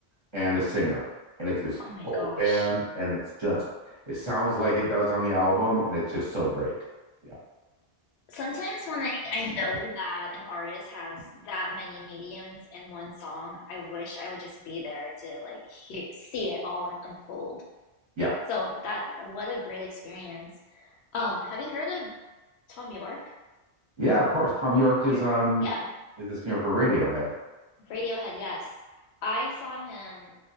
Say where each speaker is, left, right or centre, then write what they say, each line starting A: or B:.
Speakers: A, on the right; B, on the left.
A: and a singer. And it's this
B: Oh my
A: full
B: gosh.
A: band, and it's just it sounds like it does on the album, and it's just so great. Yeah,
B: Sometimes when I, I know that an artist has that many mediums in one song, I wish I would just be there to like hear, see it all unfold.
A: yeah,
B: So that what a great experience. Um, have you heard of Tom York?
A: Yeah, of course. Tom
B: Are
A: York
B: you familiar?
A: is um
B: Yeah,
A: is the singer for Radiohead. <laughs>
B: Radiohead, yes. I saw him.